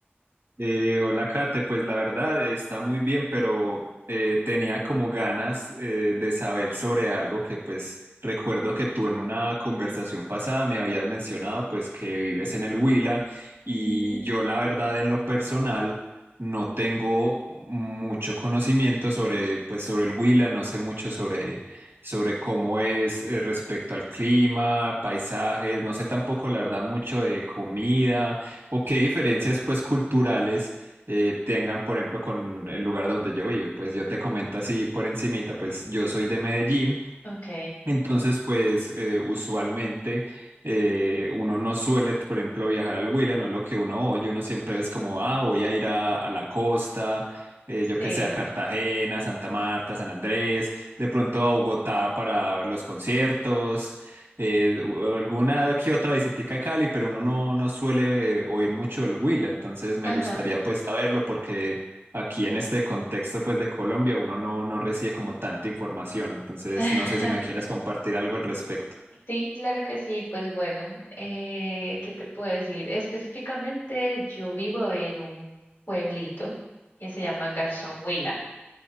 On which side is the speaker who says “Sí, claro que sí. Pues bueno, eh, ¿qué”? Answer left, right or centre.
Left